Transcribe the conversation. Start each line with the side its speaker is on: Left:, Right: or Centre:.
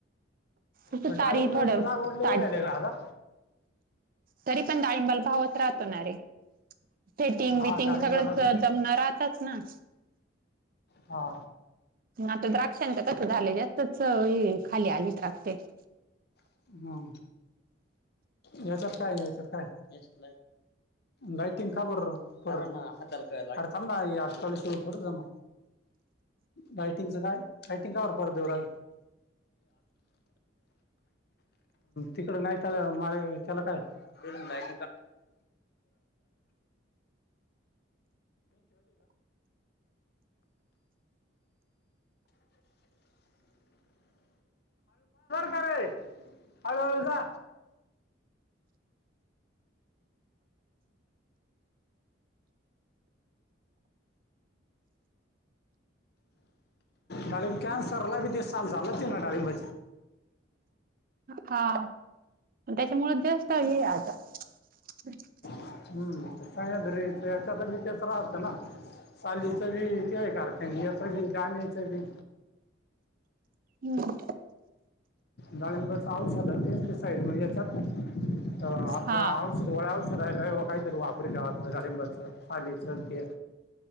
Right: तसं
Left: पण
Right: तारी
Left: डाळिंबाची
Right: थोडं
Left: लागवड लय
Right: ताट
Left: होय आली ग आता.
Right: तरी पण डाळिंबाल भावच राहतो ना रे. थेटिंग
Left: हा
Right: बेटिंग
Left: डाळिंबाला
Right: सगळच
Left: बी-
Right: जमणार. तेच ना.
Left: हा.
Right: आता द्राक्षांच तस झालय जास्तच हे खाली आली द्राक्ष
Left: हम्म. याच्यात काय याच्यात काय याच्यात. लायटिंग का बर र आर थांब ना थोडं हा लायटिंगचं काय लायटिंगच काय बर. तिकड नाही. आज बाजार का र हळू हळू जा. डाळिंब कॅन्सरला बी चालत झालंच ना.
Right: हा. त्याच्यामुळे जास्त हे अ <unintelligible>
Left: हम्म सयद्री त्याच्यात बी तेच राहतं ना सालीच बी ते करते याच बी गानीच बी
Right: हम्म.
Left: डालिमबाच औषध ते आहे ते साईड यांच्यात. त औषध
Right: हा.
Left: गोळ्या औषध. करायला काहीतरी वापरित्या डाळिंबाच पाणीच ते.